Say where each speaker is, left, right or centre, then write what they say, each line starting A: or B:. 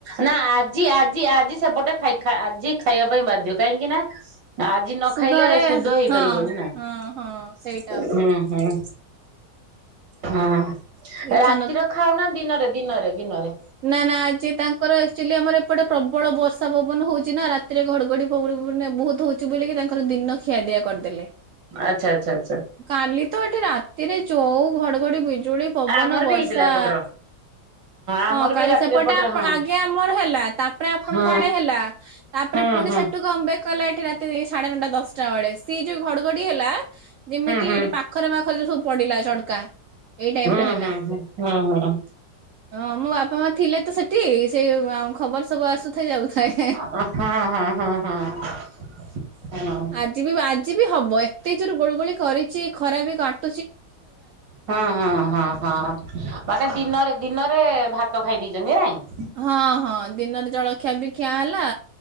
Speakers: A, on the right (about 85°); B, on the right (about 70°).
A: ନାଁ ଆଜି ଆଜି ଆଜି ସେପଟେ ଖାଇ ଖାଁ ଆଜି ଖାଇବା ପାଇଁ ବାଧ୍ୟ କାହିଁକି ନାଁ ଆଜି ନ
B: ସୁଧରେ
A: ଖାଇଲେ ଶୁଦ୍ଧ ହେଇପାରିବନି
B: ହଁ
A: ନାଁ
B: ହଁ ହଁ ସେଇଟା
A: ହୁଁ ହୁଁ। ହୁଁ
B: ଇଚ୍ଛା
A: ରାତିର ଖାଉ ନା ଦିନରେ ଦିନରେ ଦିନରେ।
B: ନାଁ ନାଁ ଆଜି ତାଙ୍କର ଆଚ୍ୟୁଲି ଆମର ଏପଟେ ପ୍ରବଳ ବର୍ଷା ପବନ ହଉଛି ନାଁ ରାତିରେ ଘଡଘଡି ବହୁତ ହଉଛି ବୋଲି ତାଙ୍କର ଦିନ ଖିଆ ପିଆ କରିଦେଲେ।
A: ଓ ଆଚ୍ଛା ଆଚ୍ଛା ଆଚ୍ଛା।
B: କାଲି ତ ଏଠି ରାତିରେ ଯୋଉଁ ଘଡଘଡି ବିଜୁଳି ପବନ
A: ଆମର ବି
B: ବର୍ଷା।
A: ହେଇଥିଲା ଏପଟର। ଆମର
B: ହଁ କାଲି
A: ବି ରାତିରେ
B: ସେପଟେ
A: ଏପଟରେ
B: ଆପଣ
A: ହଁ
B: ଆଗେ ଆମର ହେଲା ତାପରେ ଆପଣଙ୍କ
A: ହଁ
B: ଆଡେ ହେଲା। ତାପରେ
A: ହୁଁ
B: ପୁଣି
A: ହୁଁ ହୁଁ
B: ସେଠୁଁ କମବ୍ୟାକ। ଗଲା ଏଠି ରାତି ସାଢେ ନଅଟା ଦଶଟା ବେଳେ ସିଏ ଯୋଉଁ ଘଡଘଡି ହେଲା ଯେମିତି
A: ହୁଁ।
B: ଏଠି ପାଖ ପାଖରେ ପାଖରେ ସବୁ ପଡିଲା ଝଟକା ଏଇ ଟାଇମ୍
A: ହୁଁ
B: ରେ ହେଲା।
A: ହୁଁ ହୁଁ ହୁଁ ହୁଁ।
B: ହଁ ମୋ ବାପା ମା ଥିଲେ ତ ସେଠି ସେଇ ଖବର ସବୁ ଆସୁଥାଏ ଯାଉଥାଏ।
A: ହଁ ହଁ ହଁ ହଁ ହଁ।
B: ଆଜି ବି ଆଜି ବି ହବ ଏତେ ଜୋର ଗୁଳୁ ଗୁଳି କରିଛି ଖରା ରେ ଘନ
A: ହୁଁ ହୁଁ ହୁଁ। ହଁ ମାନେ ଦିନରେ ଦିନରେ ଭାତ ଖାଇ ଦେଇଛନ୍ତି ନାଇଁ।
B: ହଁ ହଁ ଦିନରେ ଜଳଖିଆ ବି ଖିଆ ହେଲା।